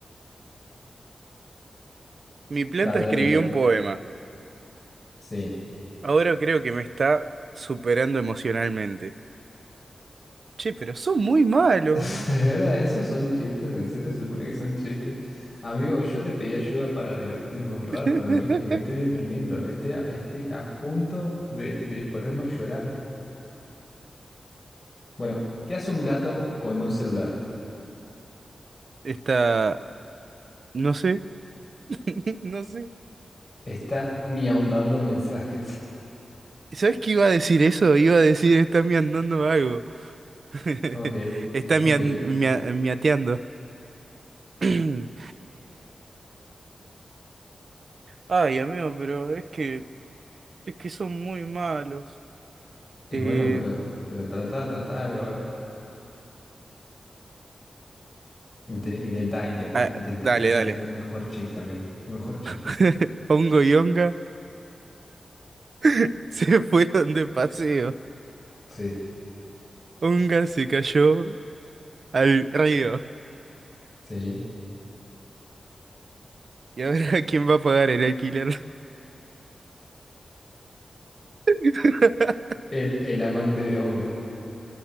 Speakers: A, on the right; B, on the left.
A: mi planta
B: Dale,
A: escribió
B: dale. bu-
A: un poema.
B: Sí.
A: Ahora creo que me está superando emocionalmente. Che, pero son muy malos.
B: <laughs> De verdad, esos son chistes, en serio, se supone que son chistes. Amigo, yo te pedí ayuda para divertirme un rato
A: <laughs>
B: me- y me estoy deprimiendo. Estoy a, estoy a punto de, de ponerme a llorar. Bueno, ¿qué hace un gato con un celular?
A: Está, no sé, <laughs> no sé.
B: Está miaundando mensajes. <laughs>
A: ¿Sabes qué iba a decir eso? Iba a decir, está miandando algo. <laughs>
B: Ok,
A: Está
B: ok.
A: mia- mia- miateando. <clears throat> Em, ay, amigo, pero es que, es que son muy malos.
B: Y
A: Eh,
B: bueno, pero, pero trata, trata algo, a ver. Inte- intenta, intenta,
A: ah,
B: intenta
A: dale,
B: pensar
A: dale.
B: en tu mejor chiste, amigo. Tu mejor chiste.
A: <laughs> Hongo y Onga <laughs> se fueron de paseo.
B: Sí,
A: Onga se cayó al río.
B: sí.
A: ¿Y ahora quién va a pagar el alquiler? <laughs>
B: El, el amante de Onga.